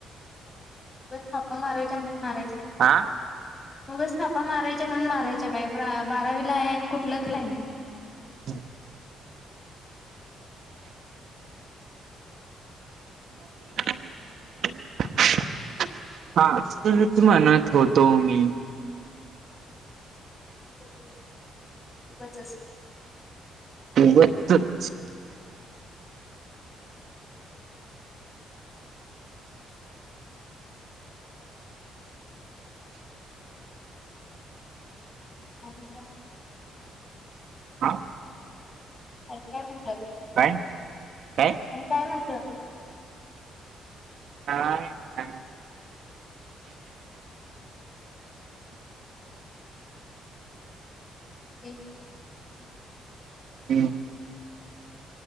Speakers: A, on the left; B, on the right.
A: उगाच थापा मारायच्या म्हणून मारायच्या
B: हा
A: ना उगाच थापा मारायच्या म्हणून मारायच्या काय ब बारावीला आहे आणि कुठलंच क्लायंट
B: हम <unintelligible> हा असच म्हणत होतो मी
A: खोट उगचच
B: उगचचं
A: आणि काय
B: हा
A: आणि का म्हटलं
B: काय काय
A: आणि काय म्हणलं
B: काय नाही
A: <inaudible>
B: हम्